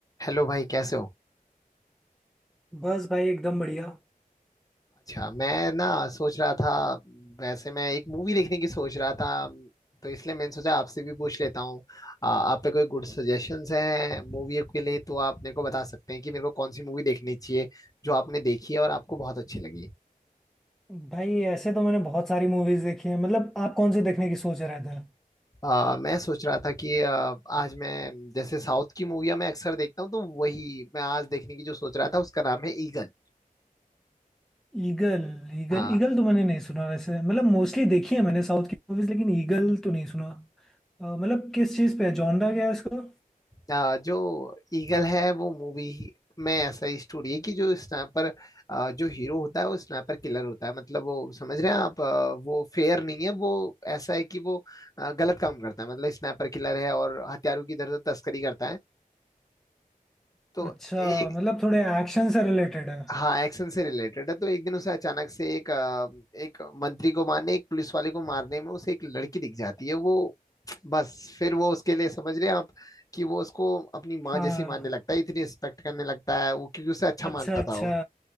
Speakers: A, on the left; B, in the centre.
A: Hello भाई कैसे हो
B: बस भाई एकदम बढ़िया
A: अच्छा मैं ना सोच रहा था वैसे मैं एक मूवी देखने की सोच रहा था तो इसलिए मैंने सोचा आपसे भी पूछ लेता हूँ आ, आप पे कोई गुड सजेशंस हैं मूवी के लिए तो आप मेरे को बता सकते हैं कि मेरे को कौन सी मूवी देखनी चाहिए जो आपने देखी है और आपको बहुत अच्छी लगी
B: भाई ऐसे तो मैंने बहुत सारी मूवीज देखी है मतलब आप कौन सी देखने की सोच रहे थे
A: आ, मैं सोच रहा था कि आ, आज मैं जैसे साउथ की मूवियाँ मैं अक्सर देखता हूँ तो वही मैं आज देखने की जो सोच रहा था उसका नाम है ईगल
B: ईगल ईगल
A: हाँ,
B: ईगल तो मैंने नहीं सुना वैसे मतलब मोस्टली देखी है मैंने साउथ की मूवीज लेकिन ईगल तो नहीं सुना अ, मतलब किस चीज़ पे है जॉनरा क्या है इसको
A: आ, जो ईगल है वो मूवी में ऐसा ही स्टोरी है कि जो स्नाइपर आ, जो हीरो होता है वो स्नाइपर किलर होता है मतलब वो समझ रहे हैं आप आ, वो फेयर नहीं है वो ऐसा है कि वो आ, गलत काम करता है मतलब स्नाइपर किलर है और हथियारों की इधर उधर तस्करी करता है तो
B: अच्छा
A: एक
B: मतलब थोड़े एक्शन से रिलेटेड है
A: हाँ एक्शन से रिलेटेड है तो एक दिन उसे अचानक से एक अ, एक मंत्री को मारने एक पुलिस वाले को मारने में उसे एक लड़की दिख जाती है वो बस फिर वो उसके लिए समझ रहे हैं आप कि वो उसको अपनी माँ
B: हाँ
A: जैसी मानने लगता है इतनी रिस्पेक्ट करने लगता है वो क्योंकि उसे अच्छा
B: अच्छा
A: मानता
B: अच्छा
A: था वो